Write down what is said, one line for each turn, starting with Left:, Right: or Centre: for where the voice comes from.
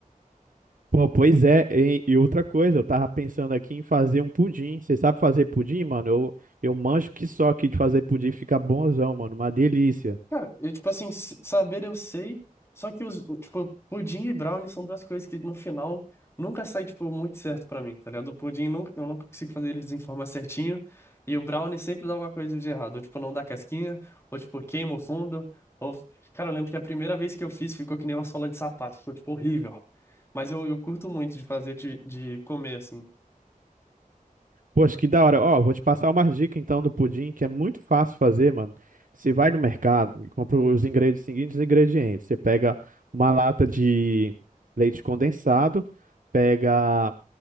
Right: Pô, pois é. E, e outra coisa, eu tava pensando aqui em fazer um pudim. Você sabe fazer pudim, mano? Eu, eu manjo que só aqui de fazer pudim fica bonzão, mano. Uma delícia.
Left: Cara, eu, tipo assim, s- saber eu sei, só que os, o- tipo, pudim e brownie são duas coisas que no final nunca sai, tipo, muito certo pra mim, tá ligado? O pudim nunca, eu nunca consigo fazer eles em forma certinho, e o brownie sempre dá alguma coisa de errado, ou tipo, não dá casquinha, ou tipo, queima o fundo, ou... Cara, eu lembro que a primeira vez que eu fiz ficou que nem uma sola de sapato, ficou, tipo, horrível. Mas eu, eu curto muito de fazer, de, de comer, assim.
Right: Poxa, que da hora. Ó, vou te passar uma dica então do pudim, que é muito fácil fazer, mano. Você vai no mercado e compra os ingredientes, seguintes ingredientes. Você pega uma lata de leite condensado, pega